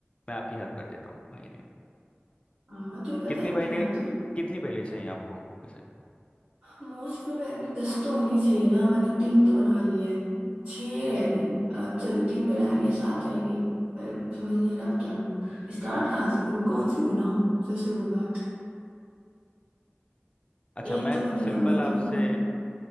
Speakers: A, on the left; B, on the right.
A: मैं आपकी हेल्प कर देता हूँ पहेली में
B: हाँ तुम्हें पता
A: कितनी
B: है
A: पहेलियां
B: तुम्हें आती हूँ
A: कितनी पहेली चाहिए आपको वैसे
B: मोस्ट प्रोबेबली दस तो होनी चाहिए ना मैंने तीन तो बना लिए हैं छह रह गई सॉरी तीन बना लिए सात रह गई पर समझ नहीं आ रहा अब क्या बनाऊँ स्टार्ट कहाँ से करूँ कौन सी बनाऊँ सबसे बड़ी बात
A: अच्छा
B: एक
A: मैं
B: तो
A: कुछ
B: मैंने
A: सिंपल
B: नंबर की
A: आपसे
B: भी बना दी